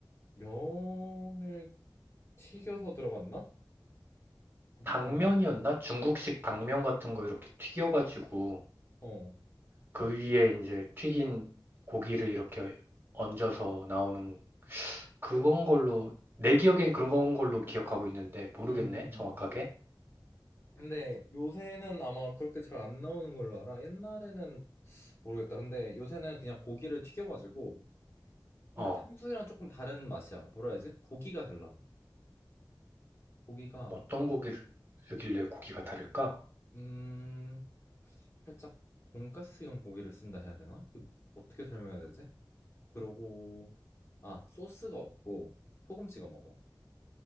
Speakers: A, on the left (about 35°); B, on the right (about 30°).
A: 면을 튀겨서 들어갔나?
B: 당면이었나?
A: 그랬나?
B: 중국식 당면 같은 거 이렇게 튀겨가지고
A: 어.
B: 그 위에 이제 튀긴 고기를 이렇게 얹어서 나오는 그건
A: 어,
B: 걸로 내 기억엔 그런 건 걸로 기억하고 있는데 모르겠네
A: 음. 음.
B: 정확하게.
A: 음. 근데 요새는 아마 그렇게 잘 안 나오는 걸로 알아. 옛날에는 모르겠다. 근데 요새는 그냥 고기를 튀겨가지고. 근데
B: 어
A: 탕수육이랑 조금 다른 맛이야. 뭐라 해야지? 고기가 달라. 고기가,
B: 어떤 고기를 쓰길래 고기가 다를까?
A: 음, 살짝 돈가스용 고기를 쓴다 해야 되나? 이거 어떻게 설명해야 되지? 그러고, 아, 소스가 없고 소금 찍어 먹어.